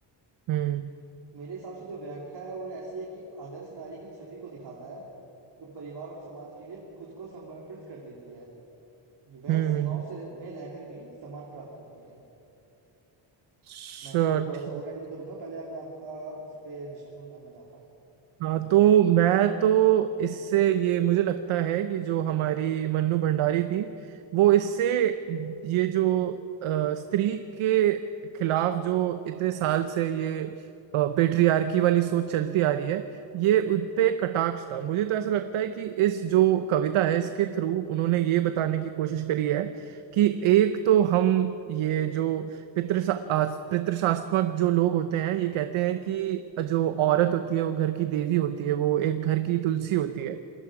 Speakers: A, on the right; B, on the right.
A: हम्म
B: मेरे हिसाब से जो व्याख्या है वो ऐसी है कि आदर्श नारी की छवि को दिखाता है जो परिवार और समाज के लिए खुद को समर्पित कर देती है ये वह
A: हम्म,
B: सीमाओं
A: हम्म,
B: से रह- में रहकर भी सम्मान प्राप्त करती है
A: अच्छा,
B: मैं इसको थोड़ा
A: ठीक
B: सा और एडिंग करूंगा पहले मैं आपका इस पे दृष्टिकोण जानना चाहता हूँ
A: हाँ तो मैं तो इससे ये मुझे लगता है कि जो हमारी मन्नू भंडारी थी वो इससे ये जो अ, स्त्री के खिलाफ जो इतने साल से ये पेट्रियार्की वाली सोच चलती आ रही है ये उन पे एक कटाक्ष था मुझे तो ऐसा लगता है कि इस जो कविता है इसके थ्रू उन्होंने ये बताने की कोशिश करी है कि एक तो हम ये जो पितृशा आ, पितृशास्त्मक जो लोग होते हैं ये कहते हैं कि जो औरत होती है वो घर की देवी होती है वो एक घर की तुलसी होती है